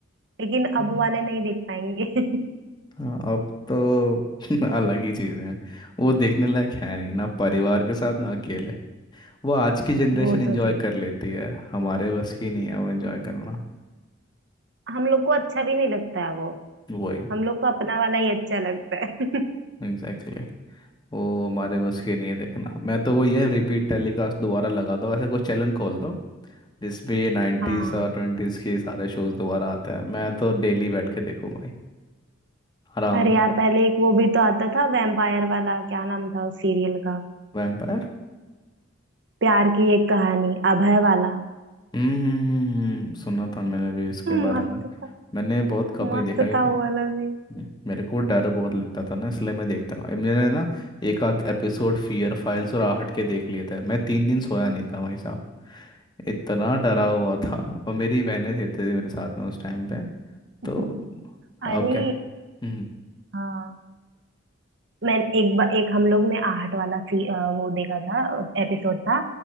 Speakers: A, on the right; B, on the left.
A: लेकिन
B: हम्म।
A: अब वाले नहीं देख पाएंगे <laughs>
B: हाँ अब तो <laughs> अलग ही चीज़ें हैं वो देखने लायक है नहीं ना परिवार के साथ ना अकेले वो आज की जनरेशन
A: वो
B: एंजॉय
A: तो सही
B: कर लेती है हमारे बस की नहीं है वो एंजॉय करना
A: हम लोग को अच्छा भी नहीं लगता है वो
B: वही
A: हम लोग को अपना वाला ही अच्छा लगता है <laughs>
B: Exactly exactly. वो हमारे बस की नहीं है देखना मैं तो वो ये रिपीट टेलीकास्ट दोबारा लगा दो ऐसा कुछ चैनल खोल दो जिसमें ये नाइन्टीज
A: हाँ
B: और ट्वेंटीज के सारे शोज दोबारा आते हैं मैं तो डेली बैठ के देखूँ भाई आराम
A: अरे यार
B: से
A: पहले एक वो भी तो आता था वैम्पायर वाला क्या नाम था उस सीरियल का
B: वैम्पायर
A: प्यार की एक कहानी अभय वाला
B: हम्म हम्म, हम्म, हम्म, सुना था मैंने भी इसके बारे
A: मस्त
B: में
A: था
B: मैंने बहुत कम
A: मस्त
B: ही देखा क्योंकि
A: था वो वाला भी
B: हम्म, मेरे को डर बहुत लगता था ना इसलिए मैं देखता हूँ मैंने ना एक आध एपिसोड फियर फाइल्स और आहट के देख लिए थे मैं तीन दिन सोया नहीं था भाई साहब इतना डरा हुआ था और मेरी बहनें रहते थे मेरे साथ में उस टाइम पे
A: <laughs>
B: तो
A: अरे
B: आप क्या हम्म
A: हाँ मैं एक बा, एक हम लोग ने आहट वाला सी अ, वो देखा था एपिसोड था